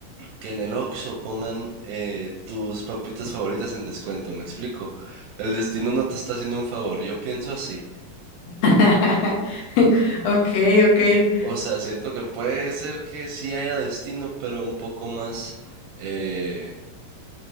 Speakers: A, on the right; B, on the left.
A: que en el Oxxo pongan eh, tus papitas favoritas en descuento, me explico. El destino no te está haciendo un favor, yo pienso así.
B: <laughs> Ok, ok.
A: O sea, siento que puede ser que sí haya destino, pero un poco más... eh,